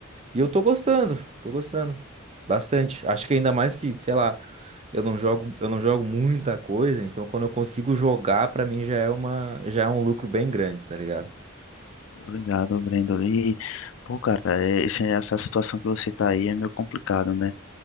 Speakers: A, on the right (about 30°); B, on the left (about 70°).
A: E eu tô gostando, tô gostando bastante. Acho que ainda mais que, sei lá, eu não jogo, eu não jogo muita coisa, então quando eu consigo jogar, pra mim já é uma, já é um lucro bem grande, tá ligado?
B: Obrigado, Brenda. E, pô, cara, é, esse, essa situação que você tá aí é meio complicado, né?